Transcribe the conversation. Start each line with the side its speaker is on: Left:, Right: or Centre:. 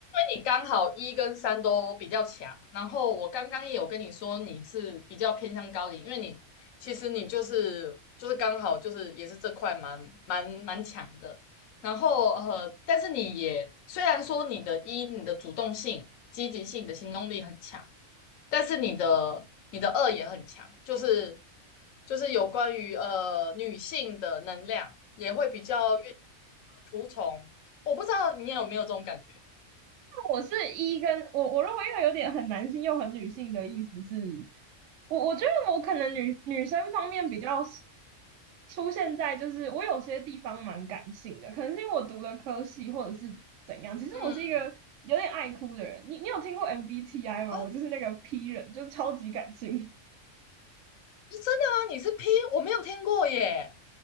Left: 你刚好一跟三都比较强，然后我刚刚也有跟你说你是比较偏向高龄，因为你其实你就是就是刚好就是也是这块蛮蛮蛮强的，然后呃，但是你也虽然说你的一你的主动性、积极性、你的行动力很强，但是你的你的二也很强，就是就是有关于呃女性的能量也会比较愿服从，我不知道你有没有这种感觉，
Right: 我是一跟我我认为又有点很男性又很女性的意思是，我我觉得我可能女女生方面比较出现在就是我有些地方蛮感性的，可能是因为我读的科系或者是怎样。其实我是一个有点爱哭的人。
Left: 嗯。
Right: 你你有听过 MBTI 吗？
Left: 哦
Right: 我就是那个 P 人，就是超级感性。你
Left: 是真的吗？你是 P？我没有听过耶。